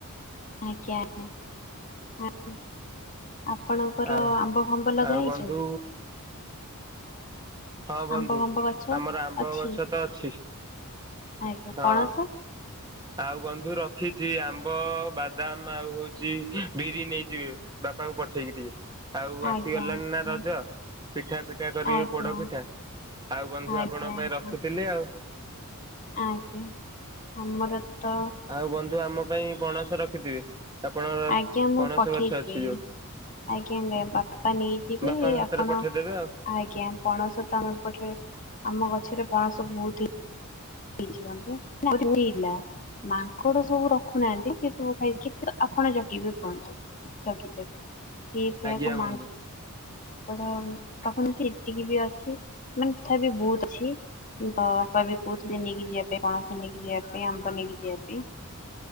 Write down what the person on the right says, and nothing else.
ଆଉ
ଆଉ
ବନ୍ଧୁ
ହଁ ବନ୍ଧୁ
ଆମର ଆମ୍ବ
ଗଛ ତ ଅଛି
ହଁ।
ଆଉ ବନ୍ଧୁ ରଖିଛି ଆମ୍ବ ବାଦାମ ଆଉ ହଉଛି ବିରି ନେଇଯିବେ ବାପ୍ ପା ଙ୍କୁ ପଠେଇକି ଟିକେ। ଆଉ
ଆସିଗଲାଣି
ନା ରଜ ପିଠା ଫିଠା କରିବେ
ପୋଡ ପିଠା। ଆଉ ବନ୍ଧୁ
ଆପଣଙ୍କ
ପାଇଁ ରଖିଥିଲି ଆଉ।
ଆଉ ବନ୍ଧୁ ଆମ ପାଇଁ ପଣସ ରଖିଥିବେ ଆପଣଙ୍କର
ପଣସ
ଗଛ ଅଛି ଯୋଉ।
ବାପାଙ୍କ ହାତରେ
ପଠେଇଦେବେ ଆଉ
ଆଜ୍ଞା ବନ୍ଧୁ